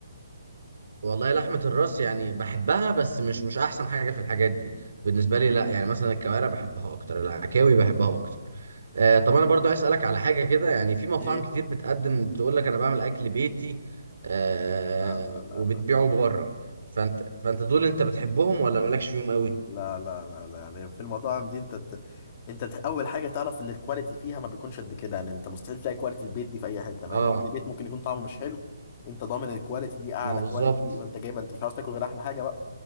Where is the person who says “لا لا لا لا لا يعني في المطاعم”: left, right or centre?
Left